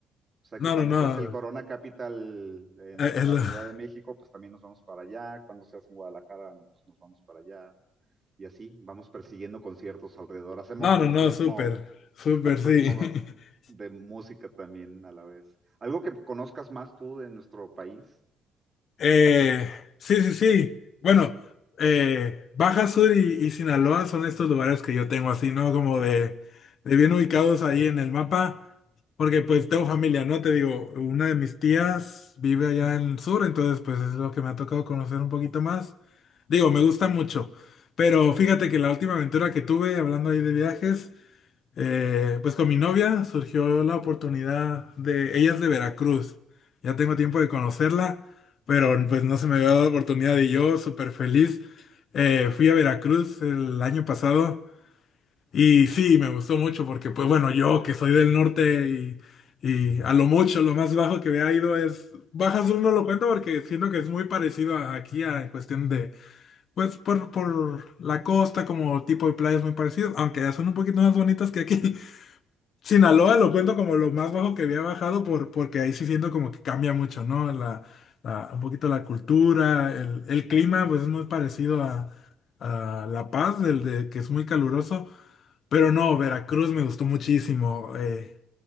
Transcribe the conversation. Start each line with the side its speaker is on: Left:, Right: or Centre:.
Right: O sea
Left: No,
Right: que cuando
Left: no, no.
Right: se hace el Corona Capital en,
Left: Eh,
Right: en
Left: el-
Right: la Ciudad
Left: <laughs>
Right: de México, pues también nos vamos para allá. Cuando se hace en Guadalajara, pues nos vamos para allá. Y así vamos persiguiendo conciertos alrededor. Hacemos
Left: No,
Right: como
Left: no, no,
Right: turismo,
Left: súper, súper,
Right: <laughs>
Left: sí.
Right: turismo
Left: <laughs>
Right: de música también a la vez. Algo que conozcas más tú de nuestro país,
Left: Eh,
Right: Tocayo.
Left: sí, sí, sí. Bueno, eh, Baja Sur y, y Sinaloa son estos lugares que yo tengo así, ¿no? Como de, de bien ubicados ahí en el mapa, porque pues tengo familia, ¿no? Te digo, una de mis tías vive allá en el sur, entonces pues es lo que me ha tocado conocer un poquito más. Digo, me gusta mucho, pero fíjate que la última aventura que tuve, hablando ahí de viajes, eh, pues con mi novia surgió la oportunidad de, ella es de Veracruz, ya tengo
Right: Ujú.
Left: tiempo de conocerla, pero pues no se me había dado la oportunidad y yo súper feliz. eh, fui a Veracruz el año pasado y sí, me gustó mucho porque pues bueno, yo que soy del norte y, y a lo mucho, lo más bajo que había ido es, Baja Sur no lo cuento porque siento que es muy parecido a- aquí a, en cuestión de, pues por, por la costa como tipo de playas muy parecido, aunque ya son un poquito más bonitas que aquí. Sinaloa lo cuento como lo más bajo que había bajado por, porque ahí sí siento como que cambia mucho, ¿no? La, la- un poquito la cultura, el, el clima, pues es muy parecido a, a La Paz, del de que es muy caluroso, pero no, Veracruz me gustó muchísimo. eh,